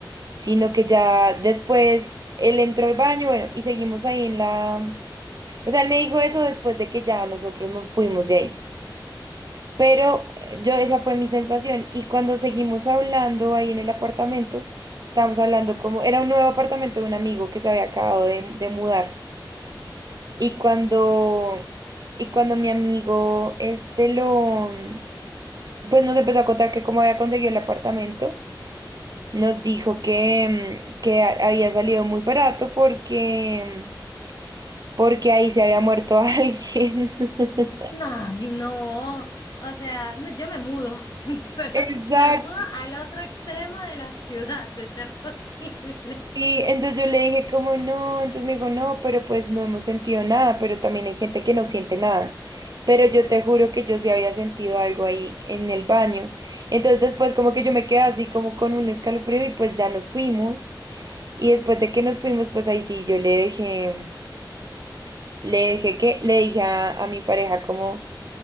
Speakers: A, on the right (about 55°); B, on the left (about 55°).
A: sino que ya después él entró al baño, bueno, y seguimos ahí en la... O sea, él me dijo eso después de que ya nosotros nos fuimos de ahí. Pero eh, yo, esa fue mi sensación. Y cuando seguimos hablando ahí en el apartamento, estábamos hablando como... Era un nuevo apartamento de un amigo que se había acabado de de mudar. Y cuando, y cuando mi amigo este lo, pues nos empezó a contar que cómo había conseguido el apartamento, nos dijo que, mm, que a- había salido muy barato porque, porque ahí se había muerto <laughs> alguien. <laughs>
B: Ay, no, o sea, no, yo me mudo, <laughs> pero
A: Exacto.
B: me mudo al otro extremo de la ciudad, de ser posible.
A: Sí, entonces yo le dije como no, entonces me dijo no, pero pues no hemos sentido nada, pero también hay gente que no siente nada. Pero yo te juro que yo sí había sentido algo ahí en el baño. Entonces después como que yo me quedé así como con un escalofrío y pues ya nos fuimos. Y después de que nos fuimos, pues ahí sí yo le dejé, le dejé que, le dije a, a mi pareja como,